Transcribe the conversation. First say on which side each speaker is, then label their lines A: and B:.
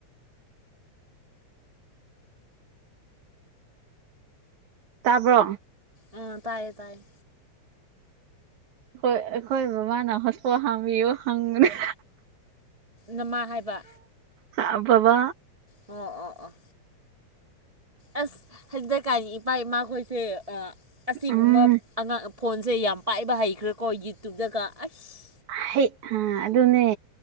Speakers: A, on the right; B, on the right.
A: ꯇꯥꯕ꯭ꯔꯣ
B: ꯑꯝ ꯇꯥꯏꯌꯦ ꯇꯥꯏꯌꯦ
A: ꯍꯣꯏ ꯑꯩꯈꯣꯏ ꯕꯕꯥꯥꯅ ꯍꯣꯁꯄꯣ ꯍꯥꯡꯕꯤꯌꯨ ꯍꯪꯕꯅꯦ
B: ꯅꯃꯥ ꯍꯥꯏꯕ
A: ꯑ ꯕꯕꯥ
B: ꯑꯣ ꯑꯣ ꯑꯣ ꯑꯁ ꯍꯟꯗꯛꯀꯥꯟ ꯢꯄꯥ ꯏꯃꯥ ꯈꯣꯏꯁꯦ ꯑ ꯑꯁꯤꯒꯨꯝꯕ
A: ꯎꯝ
B: ꯑꯉꯥꯡ ꯐꯣꯟꯖꯦ ꯌꯥꯝ ꯄꯥꯏꯕ ꯍꯩꯈ꯭ꯔꯦꯀꯣ ꯌꯨꯇꯨꯕꯇꯒ ꯑꯩꯁ
A: ꯍꯩꯠ ꯑ ꯑꯗꯨꯅꯦ